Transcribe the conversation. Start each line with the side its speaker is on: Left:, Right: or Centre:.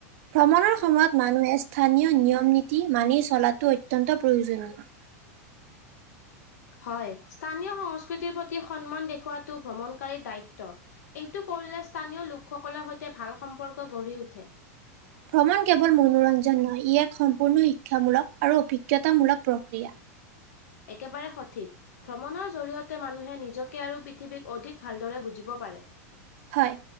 Right: ভ্ৰমণৰ সময়ত মানুহে স্থানীয় নিয়ম - নীতি মানি চলাটো অত্যন্ত প্ৰয়োজনীয়।
Left: হয় স্থানীয় সংস্কৃতিৰ প্ৰতি সন্মান দেখওৱাটো ভ্ৰমণকাৰীৰ দায়িত্ব। এইটো কৰিলে স্থানীয় লোকসকলৰ সৈতে ভাল সম্পৰ্ক গঢ়ি উঠে।
Right: ভ্ৰমণ কেৱল মনোৰঞ্জন নহয় ই এক সম্পূৰ্ণ শিক্ষামূলক আৰু অভিজ্ঞতামূলক প্ৰক্ৰিয়া।
Left: একেবাৰে সঠিক। ভ্ৰমণৰ জৰি়য়তে মানুহে নিজকে আৰু পৃথিৱীক অধিক ভালদৰে বুজিব পাৰে।
Right: হয়